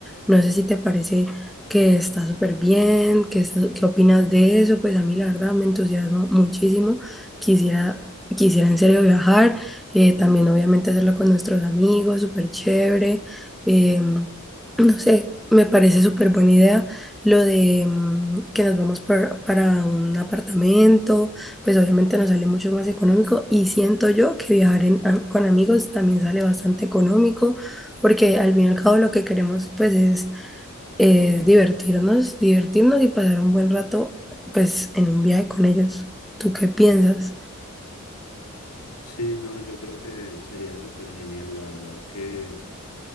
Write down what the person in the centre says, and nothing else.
No sé si te parece que está súper bien, que, está- qué opinas de eso, pues a mí la verdad me entusiasma muchísimo. Quisiera, quisiera en serio viajar. eh, también obviamente hacerlo con nuestros amigos, súper chévere. eh, no sé, me parece súper buena idea lo de mm, que nos vamos por- para un apartamento, pues obviamente nos sale mucho más económico y siento yo que viajar en- a- con amigos también sale bastante económico. Porque al fin y al cabo lo que queremos pues es, es divertirnos, divertirnos y pasar un buen rato pues en un viaje con ellos. ¿Tú qué piensas?